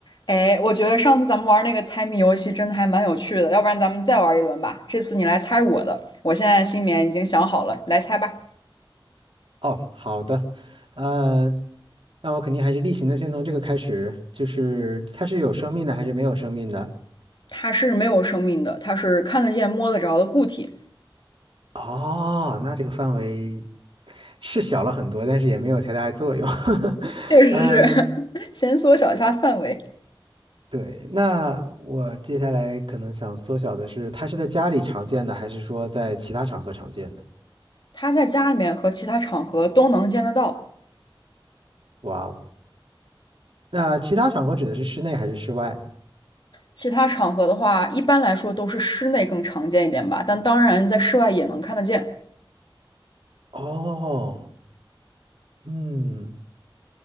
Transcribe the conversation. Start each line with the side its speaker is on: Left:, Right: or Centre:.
Left: 哎，我觉得上次咱们玩那个猜谜游戏真的还蛮有趣的，要不然咱们再玩一轮吧。这次你来猜我的，我现在心里面已经想好了，来猜吧。
Right: 哦，好的，呃，那我肯定还是例行的，先从这个开始，就是它是有生命的还是没有生命的？
Left: 它是没有生命的，它是看得见、摸得着的固体。
Right: 哦，那这个范围是小了很多，但是也没有太大的作用。<laughs>
Left: 确实是，
Right: 嗯，
Left: <laughs> 先缩小一下范围。
Right: 对，那我接下来可能想缩小的是，它是在家里常见的，还是说在其他场合常见的？
Left: 它在家里面和其他场合都能见得到。
Right: 哇哦，那其他场合指的是室内还是室外？
Left: 其他场合的话，一般来说都是室内更常见一点吧，但当然在室外也能看得见。
Right: 哦，嗯，